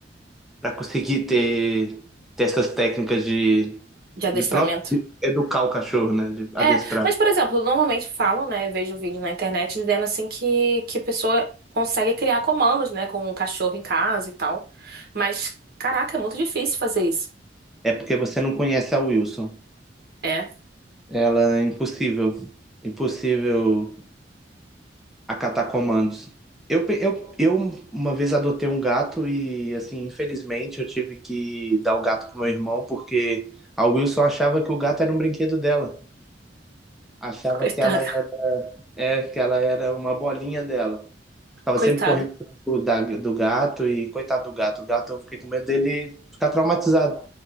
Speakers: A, in the centre; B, on the right.
A: para conseguir ter, ter essas técnicas de,
B: de adestramento.
A: de próprio de educar o cachorro, né? De adestrar.
B: É, mas, por exemplo, normalmente falam, né? Vejo vídeo na internet dizendo assim que, que a pessoa consegue criar comandos, né? Com um cachorro em casa e tal. Mas, caraca, é muito difícil fazer isso.
A: É porque você não conhece a Wilson.
B: É,
A: Ela é impossível, impossível acatar comandos. Eu, pe- eu, eu uma vez adotei um gato e, assim, infelizmente eu tive que dar o gato pro meu irmão porque a Wilson achava que o gato era um brinquedo dela. Achava
B: coitada,
A: que ela era, é, que ela era uma bolinha dela.
B: <laughs>
A: Ficava
B: coitada.
A: sempre correndo atrás do, da- do gato e coitado do gato. O gato, eu fiquei com medo dele ficar traumatizado.